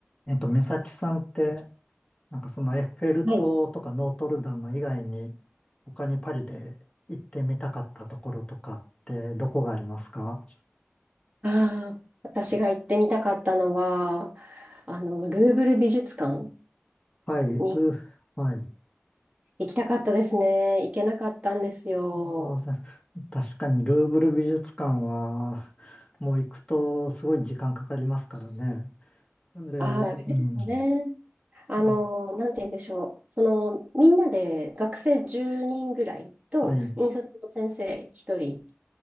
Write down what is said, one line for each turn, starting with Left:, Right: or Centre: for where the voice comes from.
Left: えっと、美咲さんって、なんかそのエッフェル塔とかノートルダム以外に、
Right: はい。
Left: 他にパリで行ってみたかったところとかってどこがありますか
Right: ああ、私が行ってみたかったのは、あの、ルーブル美術館
Left: はい、
Right: に
Left: ル、はい。
Right: 行きたかったですね。行けなかったんですよ。
Left: あー確かにルーブル美術館は、もう行くとすごい時間かかりますからね。あれ、
Right: ああ、ですね。
Left: うん。
Right: あの、
Left: あ
Right: なんて言うんでしょう。その、みんなで学生10人ぐらいと、
Left: はい、
Right: 引率の先生1人